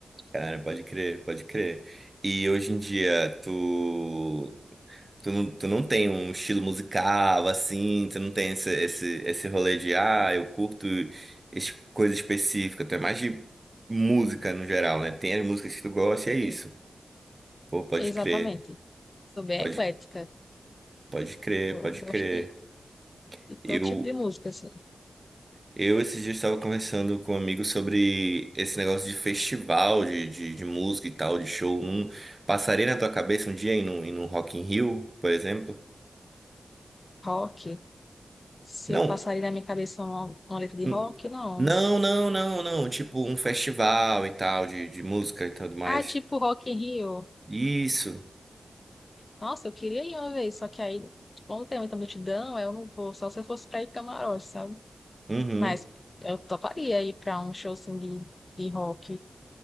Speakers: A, on the right; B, on the left.
A: Cara, pode crer, pode crer. E hoje em dia, tu. Tu não, tu não tem um estilo musical assim, tu não tem esse, esse, esse rolê de, ah, eu curto es- coisa específica, tu é mais de música no geral, né? Tem as músicas que tu gosta e é isso.
B: Sim.
A: Pô, pode
B: Exatamente.
A: crer,
B: Sou bem
A: pode,
B: eclética.
A: pode crer,
B: Eu
A: pode
B: gostei.
A: crer.
B: de todo
A: Eu,
B: tipo de música, assim.
A: eu esses dias estava conversando com um amigo sobre esse negócio de festival, de, de, de música e tal, de show. Não passaria na tua cabeça um dia ir num, ir num Rock in Rio, por exemplo?
B: Rock, se
A: Não,
B: eu passaria na minha cabeça uma, uma letra de
A: Um-
B: rock, não.
A: Não, não, não, não. Tipo um festival e tal, de, de música e tudo mais.
B: Ah, tipo Rock in Rio.
A: Isso.
B: Nossa, eu queria ir uma vez, só que aí, como tem muita multidão, aí eu não vou, só se eu fosse pra ir camarote, sabe?
A: Uhum.
B: Mas eu toparia ir pra um show, assim, de, de rock.